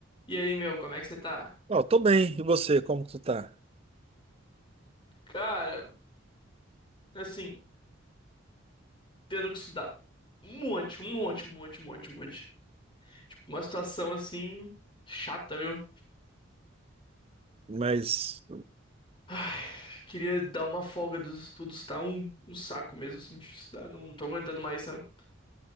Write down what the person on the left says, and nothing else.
E aí, meu, como é que você tá?
Cara, assim, tendo que estudar um monte, um monte, um monte, um monte, um monte. Tipo, uma situação assim, chata, viu?
Ai, queria dar uma folga dos estudos, tá? Um, um saco mesmo, assim, de estudar, não, não tô aguentando mais, sabe?